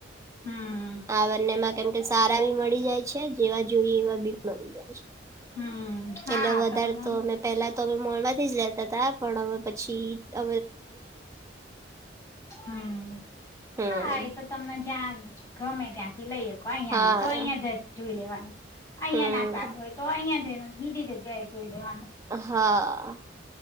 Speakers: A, on the left; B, on the right.
A: હમ
B: આ બંનેમાં કેમ કે સારા બી મળી જાય છે જેવા જોઈએ એવા બી મળી જાય છે.
A: હમ હા
B: એટલે વધારે
A: તમને
B: તો અમે પેલા. તો અમે મોલ માંથી જ લેતા હતાા પણ હ પછી હ.
A: હમ
B: હમ
A: હા એ તો તમને જ્યાં. ગમે ત્યાંથી લઈકો અહિયાં
B: હા
A: નઈ તો અહિયાં જ જોઈ લેવાનું અહિયાં
B: હમ
A: ના સારું હોય તો અહિયાં જ બીજી જગ્યાએ જોઈ લેવા.
B: હા.